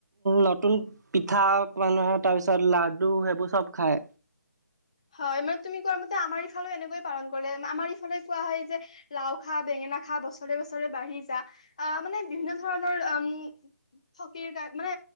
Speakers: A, on the right; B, on the left.
A: নতুন পিঠা মানুহে তাৰপিছত লাডু সেইবোৰ চব খায়।
B: হয় মানে তুমি কোৱা মতে আমাৰ ইফালে এনেকয়ে পালন কৰিলে আমাৰ ইফালে কোৱা হয় যে লাও খা বেঙেনা খা বছৰে বছৰে বাঢ়ি যা আহ মানে বিভিন্ন ধৰণৰ উম সকীৰ গ মানে